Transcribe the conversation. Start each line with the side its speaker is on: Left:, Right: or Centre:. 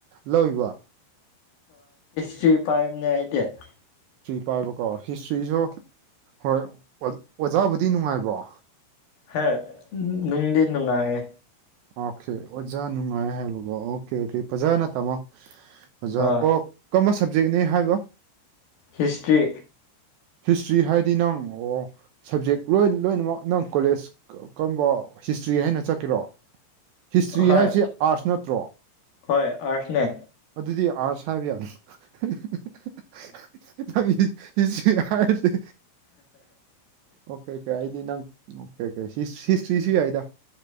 Right: ꯂꯧꯢꯕꯣ
Left: UNINTELLIGIBLE
Right: ꯄꯥꯏꯕꯀꯣ ꯍꯤꯁꯇ꯭꯭ꯔꯤꯖꯨ ꯍꯣꯏ ꯑꯣꯖꯥꯕꯨꯗꯤ ꯅꯨꯡꯉꯥꯏꯀꯣ
Left: ꯍꯦ ꯅꯨꯡꯗꯤ-ꯅꯨꯡꯉꯥꯏꯌꯦ
Right: ꯑꯣꯀꯦ ꯑꯣꯖꯥ ꯅꯨꯡꯉꯥꯏ ꯍꯥꯏꯕꯀꯣ ꯑꯣꯀꯦ ꯑꯣꯀꯦ ꯐꯖꯅ ꯇꯝꯃꯣ ꯑꯣꯖꯥ
Left: ꯍꯣꯏ
Right: ꯑꯣ ꯀꯝꯕ ꯁꯕꯖꯦꯛꯅꯦ ꯍꯥꯏꯕꯥ
Left: ꯍꯤꯁꯇ꯭ꯔꯤ
Right: ꯍꯤꯁꯇ꯭ꯔꯤ ꯍꯥꯏꯔꯗꯤ ꯅꯪ ꯑꯣꯑꯣ ꯁꯕꯖꯦꯛ ꯂꯣꯏ ꯂꯣꯏꯅꯃꯛ ꯅꯪ ꯀꯣꯂꯦꯖ ꯀꯝꯕ ꯍꯤꯁꯇ꯭ꯔꯤ ꯍꯥꯏꯅ ꯆꯠꯀꯦꯔꯣ ꯍꯤꯁꯇ꯭ꯔꯤ
Left: ꯍꯣꯏ
Right: ꯍꯥꯏꯕꯁꯤ ꯑꯥꯔꯠꯁ ꯅꯠꯇ꯭ꯔꯣ
Left: ꯍꯣꯏ ꯑꯥꯔꯠꯁꯅꯦ
Right: ꯑꯗꯨꯗꯤ UNINTELLIGIBLE ꯑꯣꯀꯦ ꯑꯣꯀꯦ ꯑꯩꯗꯤ ꯅꯪ ꯑꯣꯀꯦ ꯑꯣꯀꯦ ꯍꯤꯁꯇ꯭ꯔꯤꯖꯨ ꯌꯥꯏꯗ